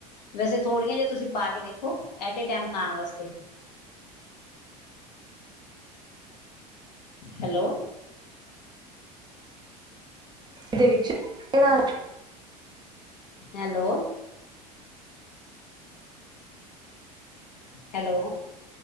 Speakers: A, on the left; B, on the right.
A: ਵੈਸੇ ਥੋੜੀਆਂ ਜਿਆਂ ਤੁਸੀਂ ਪਾ ਕੇ ਦੇਖੋ ਐਟ ਏ ਟਾਈਮ ਖਾਣ ਵਾਸਤੇ ਹੈਲੋ
B: ਇਹਦੇ ਵਿੱਚ ਕਿਹੜਾ
A: ਹੈਲੋ ਹੈਲੋ